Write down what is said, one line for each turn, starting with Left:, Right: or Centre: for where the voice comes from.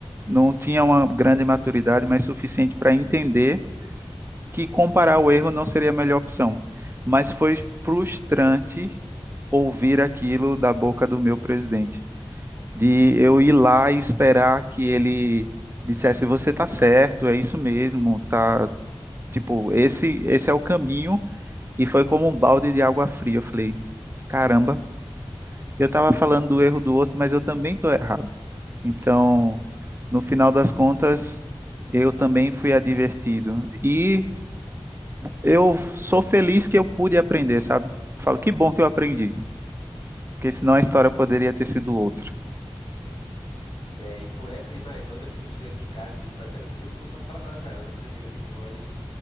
Right: não tinha uma grande maturidade, mas suficiente para entender que comparar o erro não seria a melhor opção, mas foi frustrante ouvir aquilo da boca do meu presidente, de eu ir lá e esperar que ele dissesse você tá certo, é isso mesmo, tá, tipo, esse esse é o caminho e foi como um balde de água fria, eu falei, caramba, eu tava falando do erro do outro, mas eu também tô errado. Então, no final das contas, eu também fui advertido. E eu sou feliz que eu pude aprender, sabe? Eu falo, que bom que eu aprendi, porque senão a história poderia ter sido outra.
Left: É, e por essas e mais outras que eu chego aqui em casa, eu digo pra Thaís. Eu, eu não posso falar nada pra ela, né? Mas eu digo assim, olhe,